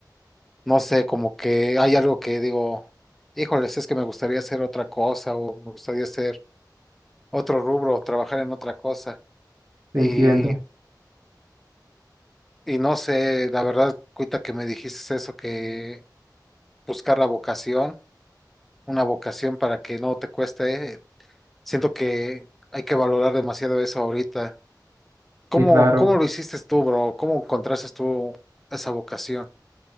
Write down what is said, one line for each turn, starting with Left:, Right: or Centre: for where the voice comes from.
Centre: no sé, como que hay algo que digo, híjoles, es que me gustaría hacer otra cosa o me gustaría hacer otro rubro o trabajar en otra cosa.
Right: Te
Centre: Y,
Right: entiendo.
Centre: y no sé, la verdad, cuita que me dijiste eso, que buscar la vocación, una vocación para que no te cueste, eh, siento que hay que valorar demasiado eso ahorita. ¿Cómo,
Right: Sí, claro.
Centre: cómo lo hiciste tú, bro? ¿Cómo encontraste tú esa vocación?